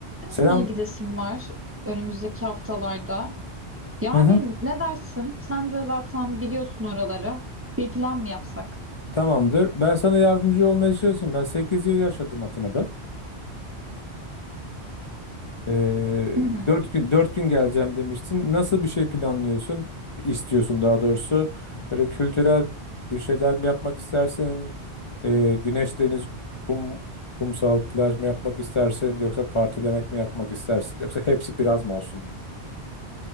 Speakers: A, on the right (about 20°); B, on the left (about 45°).
A: Atina'ya
B: Selam.
A: gidesim var önümüzdeki haftalarda. Yani
B: Hı hı.
A: ne dersin? Sen de zaten biliyorsun oraları. Bir plan mı yapsak?
B: Tamamdır. Ben sana yardımcı olmaya çalışayım. Ben 8 yıl yaşadım Atina'da. Ee,
A: Hı hı.
B: 4 gün dört gün geleceğim demiştin. Nasıl bir şey planlıyorsun? İstiyorsun daha doğrusu. Böyle kültürel bir şeyler mi yapmak istersin? Ee, güneş, deniz, kum, kumsal, plaj mı yapmak istersin? Yoksa partilemek mi yapmak istersin? Yoksa hepsi biraz mı olsun?